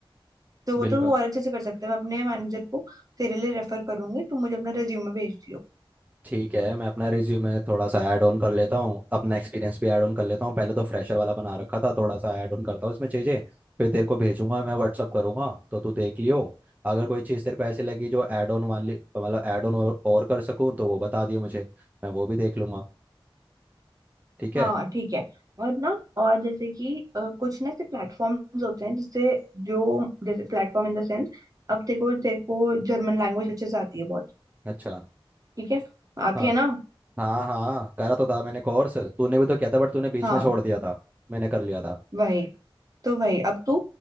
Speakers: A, on the right; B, on the right.
A: तो वो
B: बिल्कुल
A: तो तू और अच्छे से कर सकता है मैं अपने मैनेजर को तेरे लिए रेफर करूंगी तू मुझे अपना रेज्यूमे भेज
B: ठीक है मैं अपना रिज्यूमे थोड़ा सा ऐड ऑन कर लेता हूँ अपना एक्सपीरियंस भी ऐड ऑन कर लेता हूँ पहले तो फ्रेशर वाला बना रखा था थोड़ा सा ऐड ऑन करता हूँ इसमें चीज़ें फिर तेरे को भेजूंगा मैं व्हाट्सअप करूंगा तो तू देख लियो अगर कोई चीज़ तेरे को ऐसी लगी जो ऐड ऑन वाली मतलब ऐड ऑन और, और कर सकूँ तो वो बता दियो मुझे मैं वो भी देख लूंगा ठीक
A: हाँ
B: है
A: ठीक है और ना और जैसे कि अ, कुछ ना ऐसे प्लेटफॉर्म्स होते हैं जिससे जो जैसे प्लेटफॉर्म इन द सेंस अब तेरे को तेरे को जर्मन लैंग्वेज अच्छे से आती है बहुत
B: अच्छा
A: ठीक है आती
B: हाँ
A: है ना
B: हाँ हाँ करा तो था मैंने कोर्स तूने भी तो किया था बट तूने बीच
A: हाँ
B: में छोड़ दिया था मैंने कर लिया था
A: वही तो वही अब तू